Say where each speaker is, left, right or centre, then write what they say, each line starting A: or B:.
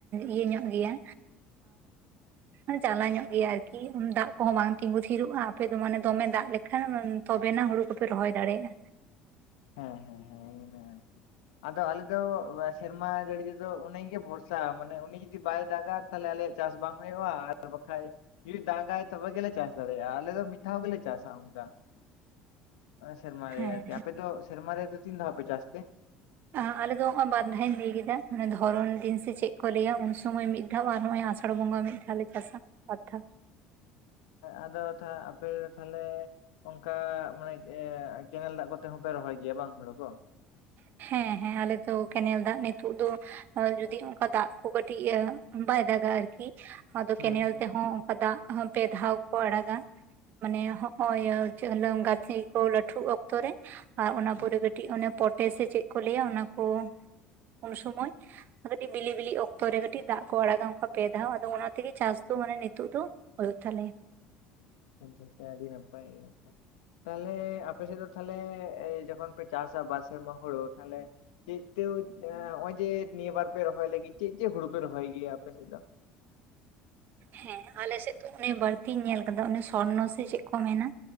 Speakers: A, on the right (about 55°); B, on the left (about 90°).
A: ᱤᱭᱟᱹ ᱧᱚᱜ ᱜᱮᱭᱟ᱾ <unintelligible> ᱡᱟᱞᱟ ᱧᱚᱜ ᱜᱮᱭᱟ ᱟᱨᱠᱤ ᱫᱟᱜ ᱠᱚᱦᱚᱸ ᱵᱟᱝ ᱛᱤᱸᱜᱩ ᱛᱷᱤᱨᱚᱜᱼᱟ ᱟᱯᱮ ᱫᱚ ᱢᱟᱱᱮ ᱫᱚᱢᱮ ᱫᱟᱜ ᱞᱮᱠᱟ ᱠᱷᱟᱱ ᱛᱚᱵᱮᱱᱟ ᱦᱳᱲᱳ ᱠᱚᱯᱮ ᱨᱚᱦᱚᱭ ᱫᱟᱲᱮᱜᱼᱟ
B: ᱦᱮᱸ ᱦᱮᱸ ᱦᱮᱸ <inaudible> ᱟᱫᱚ ᱟᱞᱮ ᱫᱚ ᱥᱮᱨᱢᱟ ᱡᱟᱹᱲᱤ ᱛᱮᱫᱚ ᱩᱱᱤ ᱜᱮ ᱵᱷᱚᱨᱥᱟ ᱢᱟᱱᱮ ᱩᱱᱤ ᱡᱩᱫᱤ ᱵᱟᱭ ᱫᱟᱜ-ᱟ ᱛᱟᱦᱞᱮ ᱟᱞᱮᱭᱟᱜ ᱪᱟᱥ ᱵᱟᱝ ᱦᱳᱭᱳᱜᱼᱟ ᱟᱨ ᱵᱟᱠᱷᱟᱡ ᱡᱩᱫᱤ ᱫᱟᱜ ᱟᱭ ᱛᱚᱵᱮ ᱜᱮᱞᱮ ᱪᱟᱥ ᱫᱟᱲᱮᱭᱟᱜᱼᱟ ᱟᱞᱮ ᱫᱚ ᱢᱤᱫ ᱫᱷᱟᱣ ᱜᱮᱞᱮ ᱪᱟᱥᱟ ᱟ ᱚᱱᱠᱟ᱾ ᱥᱮᱨᱢᱟ
A: ᱦᱮᱸ
B: ᱨᱮ ᱟᱨᱠᱤ ᱟᱯᱮ ᱫᱚ ᱥᱮᱨᱢᱟ ᱨᱮ ᱛᱤᱱ ᱫᱷᱟᱣ ᱯᱮ ᱪᱟᱥ ᱛᱮ
A: <unintelligible> ᱟᱞᱮᱫ ᱫᱚ ᱵᱟᱨᱫᱷᱟᱹᱧ ᱞᱟᱹᱭ ᱠᱮᱫᱟ ᱢᱟᱱᱮ ᱫᱷᱚᱨᱚᱱ ᱫᱤᱱ ᱥᱮ ᱪᱮᱫ ᱠᱚ ᱞᱟᱹᱭᱟ ᱩᱱ <unintelligible> ᱥᱳᱢᱳᱭ ᱢᱤᱫ ᱫᱷᱟᱣ ᱟᱨ ᱱᱚᱜᱼᱚᱭ ᱟᱥᱟᱲ ᱵᱚᱸᱜᱟ ᱢᱤᱫ ᱫᱷᱟᱣ ᱞᱮ ᱪᱟᱥᱟ ᱵᱟᱨ ᱫᱷᱟᱣ
B: ᱟᱫᱚ ᱟᱯᱮ ᱛᱟᱦᱞᱮ ᱚᱱᱠᱟ ᱢᱟᱱᱮ ᱠᱮᱱᱮᱞ ᱫᱟᱜ ᱠᱚᱛᱮ ᱦᱚᱸᱯᱮ ᱨᱚᱦᱚᱭ ᱜᱮᱭᱟ ᱵᱟᱝ ᱦᱳᱲᱳ ᱠᱚ
A: ᱦᱮᱸ ᱦᱮᱸ ᱟᱞᱮ ᱫᱚ ᱠᱮᱱᱮᱞ ᱫᱟᱜ ᱱᱤᱛᱳᱜ ᱫᱚ ᱟᱨ ᱡᱩᱫᱤ ᱚᱱᱠᱟ ᱫᱟᱜ ᱠᱚ ᱠᱟᱹᱴᱤᱡ ᱤᱭᱟᱹ ᱵᱟᱭ ᱫᱟᱜ-ᱟ ᱟᱨᱠᱤ ᱟᱫᱚ
B: ᱦᱩᱸ
A: ᱠᱮᱱᱮᱞ
B: ᱦᱩᱸ
A: ᱛᱮᱦᱚᱸ ᱚᱱᱠᱟ ᱫᱟᱜ ᱦᱚᱸ ᱯᱮ ᱫᱷᱟᱣ ᱠᱚ ᱟᱲᱟᱜᱟ᱾ ᱢᱟᱱᱮ ᱦᱚᱸᱜᱼᱚᱭ ᱤᱪᱟᱹᱜ ᱦᱤᱞᱟᱹᱢ ᱜᱟᱹᱛᱷᱤ ᱠᱚ ᱞᱟᱹᱴᱷᱩᱜ ᱚᱠᱛᱚ ᱨᱮ ᱟᱨ ᱚᱱᱟ
B: ᱟᱪᱪᱷᱟ
A: ᱯᱚᱨᱮ ᱠᱟᱹᱴᱤᱡ ᱚᱱᱮ ᱯᱚᱴᱮ ᱥᱮ ᱪᱮᱫ ᱠᱚ ᱞᱟᱹᱭ-ᱟ ᱚᱱᱟ ᱠᱚ ᱩᱱ ᱥᱚᱢᱚᱭ ᱠᱟᱹᱴᱤᱡ ᱵᱤᱞᱤ ᱵᱤᱞᱤ ᱚᱠᱛᱚ ᱨᱮ ᱠᱟᱹᱴᱤᱡ ᱫᱟᱜ ᱠᱚ ᱟᱲᱟᱜ-ᱟ ᱚᱱᱠᱟ ᱯᱮ ᱫᱷᱟᱣ ᱟᱫᱚ ᱚᱱᱟ ᱛᱮᱜᱮ ᱪᱟᱥ ᱫᱚ ᱢᱟᱱᱮ ᱱᱤᱛᱚᱜ ᱫᱚ ᱦᱳᱭ ᱛᱟᱦᱞᱮ
B: <unintelligible> ᱟᱹᱰᱤ ᱱᱟᱯᱟᱭ ᱛᱟᱦᱞᱮ ᱟᱯ ᱥᱮᱫ ᱫᱚ ᱛᱟᱦᱞᱮ ᱡᱚᱠᱷᱚᱱ ᱯᱮ ᱪᱟᱥᱟ ᱵᱟᱨ ᱥᱮᱨᱢᱟ ᱦᱳᱲᱳ ᱛᱟᱦᱞᱮ ᱪᱮᱫ <unintelligible> ᱱᱚᱜᱼᱚᱭ ᱡᱮ ᱱᱤᱭᱟᱹ ᱵᱟᱨ ᱯᱮ ᱨᱚᱦᱚᱭ ᱞᱟᱹᱜᱤᱫ ᱪᱮᱫ ᱪᱮᱫ ᱦᱳᱲᱳ ᱯᱮ ᱨᱚᱦᱚᱭ ᱜᱮᱭᱟ ᱟᱯᱮ ᱥᱮᱫ ᱫᱚ?
A: ᱦᱮᱸ ᱟᱞᱮ ᱥᱮᱫ ᱫᱚ ᱚᱱᱮ ᱵᱟᱹᱲᱛᱤᱧ ᱧᱮᱞ ᱠᱟᱫᱟ ᱚᱱᱮ ᱥᱚᱨᱱᱚ ᱥᱮ ᱪᱮᱫ ᱠᱚ ᱢᱮᱱᱟ